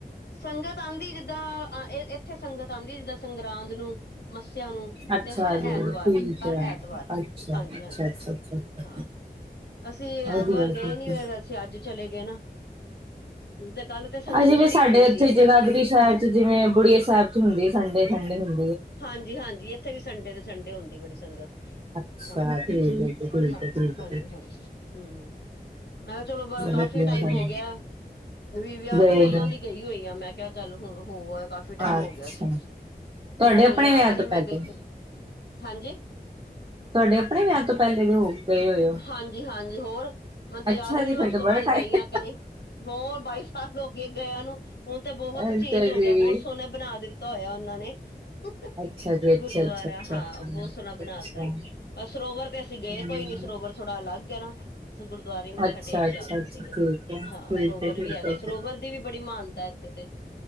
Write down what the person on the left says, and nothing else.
ਸੰਗਤ ਆਂਦੀ ਜਿੱਦਾਂ, ਏ-ਏਥੇ ਸੰਗਤ ਆਂਦੀ ਜਿੱਦਾਂ ਸੰਗਰਾਂਦ ਨੂੰ ਮੱਸੇਆ ਨੂੰ।
ਤੇ ਹਰ
ਐਤਵਾਰ,
ਹਰ
ਐਤਵਾਰ
ਹਾਂਜੀ,
ਹਾਂਜੀ
ਹਾਂ। ਅਸੀ
ਐਤਵਾਰ
ਗਏ ਨੀ ਹੋਏ, ਅਸੀ ਆੱਜ ਚਲੇ ਗਏ ਨਾ। ਤੇ ਕੱਲ ਤੇ ਸੰਗਤ
ਬੜੀ
ਹੋਣੀ ਸੀ
ਹਾਂਜੀ, ਹਾਂਜੀ ਏਥੇ ਵੀ ਸੰਡੇ ਦੇ ਸੰਡੇ ਹੁੰਦੀ ਬੜੀ ਸੰਗਤ।
ਹਾਂ,
ਹਾਂ,
ਹਾਂਜੀ,
ਹਾਂਜੀ, ਹੂੰ। ਮੈਂ ਕੇਆ ਚਲੋ ਬ ਕਾਫੀ
ਟਾਈਮ ਹੋ
ਗੇਐ। ਫਿਰ ਵੀ ਵੇਆਹ
ਤੋਂ ਪੈਲਾਂ
ਦੀ ਗਈ ਹੋਈ ਆਂ, ਮੈਂ ਕੇਆ ਚੱਲ ਹੁਨ ਹੋ ਆ, ਕਾਫ਼ੀ ਟਾਈਮ
ਹੋ ਗੇਆ ਸੀ।
ਵਿੱਚੋਂ
ਯਾਦ
ਈ ਨੀ
ਮੈਂ
ਗਈ ਕਦੋਂ, ਹਾਂਜੀ।
ਹਾਂਜੀ, ਹਾਂਜੀ ਹੋਰ ਮੈਨ ਤੇ
ਯਾਦ ਵੀ
ਨੀ ਵੋ
ਉਸ
ਤੋਂ
ਬਾਦ
ਗਈ ਆਂ ਕੇ ਨਹੀ। ਹੋਰ ਬਾਈ ਸਾਲ ਹੋਗੇ ਗਏਆਂ ਨੂੰ, ਹੁਨ ਤੇ ਬੋਹਤ
ਚੇਂਜ ਹੋ
ਗੇਆ, ਬੋਤ ਸੋਨਾ ਬਨਾ ਦਿੱਤ ਤਾ ਹੋਏਆ ਓਨਾਂ ਨੇ, <unintelligible>
ਗੁਰਦੁਆਰਾ
ਹਾਂ,
ਬੋਤ ਸੋਨਾ ਬਨਾ
ਤੇ। ਸਰੋਵਰ ਤੇ ਅਸੀ ਗੇ
ਕੋਈ ਨੀ, ਸਰੋਵਰ ਥੋੜਾ ਅਲਗ ਐ ਨਾ। ਅਸੀ ਗੁਰਦੁਆਰੇ ਮੱਥਾ
ਟੇਕ ਕੇ
ਆ ਗਏ
ਸੀਗੇ,
ਹਾਂ
ਸਰੋਵਰ
ਵੀ ਹੈਗਾ, ਸਰੋਵਰ ਦੀ ਵੀ ਬੜੀ ਮਾਨ <unintelligible>